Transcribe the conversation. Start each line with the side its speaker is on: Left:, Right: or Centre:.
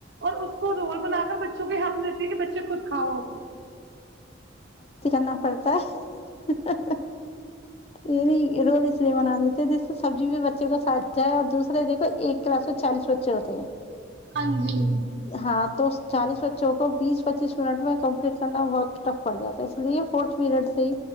Right: اور اس کو رول بنا کر بچوں کے ہاتھ میں دیتی ہے کہ بچے خود کھاؤ
Left: کرنا پڑتا ہے یہ نہیں روول اس لیے بنا دیتے جس سبزی بچے کو سھا ہے اور دوسرے دیکو ایک کلاس میں چالیس بچے ہوتے ہیں
Right: ہاں جی
Left: ہاں تو چالیس بچوں کو بیس پچیس منٹ میں کم پ کرنا بہت پڑ جاتا ہے اس لیے فورتھ پیریڈ سے ہی